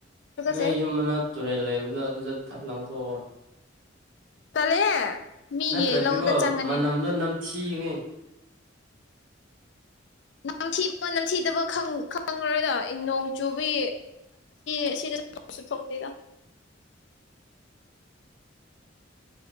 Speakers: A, on the left; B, on the right.
A: ꯇꯨꯀꯠꯆꯩ
B: ꯅꯣꯏ ꯌꯨꯝ ꯃꯅ ꯇꯨꯔꯦꯜ ꯂꯩꯕꯗꯣ ꯑꯗꯨꯗ ꯂꯥꯡꯊꯣꯛꯑꯣ
A: ꯆꯂꯑꯦ ꯃꯤꯒꯤ
B: ꯅꯠꯇ꯭ꯔꯗꯤꯀꯣ
A: ꯂꯧꯗ ꯆꯪꯒꯅꯤ
B: ꯃꯅꯝꯗꯣ ꯅꯝꯊꯤꯒꯅꯤ
A: ꯅꯝꯊꯤꯕ ꯅꯝꯊꯤꯗꯕ ꯈꯪꯂꯪꯂꯣꯏꯗ ꯅꯣꯡ ꯆꯨꯕꯤ ꯑꯁꯤꯗ ꯊꯣꯛꯇꯒ